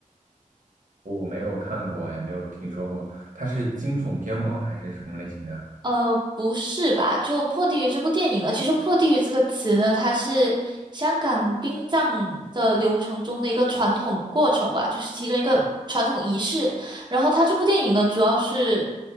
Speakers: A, on the right (about 70°); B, on the right (about 35°).
A: 我没有看过，哎，没有听说过。它是惊悚片吗？还是什么类型的？
B: 呃，不是吧？就《破地狱》这部电影呢，其实“破地狱”这个词呢，它是香港殡葬的流程中的一个传统过程吧，就是其中一个传统仪式。然后它这部电影呢，主要是